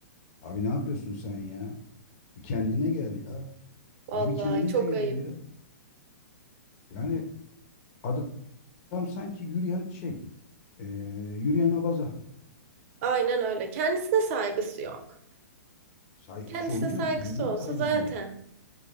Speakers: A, on the left; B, on the right.
A: Abi ne yapıyorsun sen ya? Bir kendine gel ya.
B: Vallahi
A: Ya bir kendine
B: çok
A: gel
B: ayıp.
A: ya. Yani adam sanki yürüyen şey, e, yürüyen abaza.
B: Aynen öyle. Kendisine saygısı yok.
A: Say,
B: Kendisine
A: işte onu diyorum
B: saygısı
A: kendine
B: olsa
A: saygısı
B: zaten
A: yok.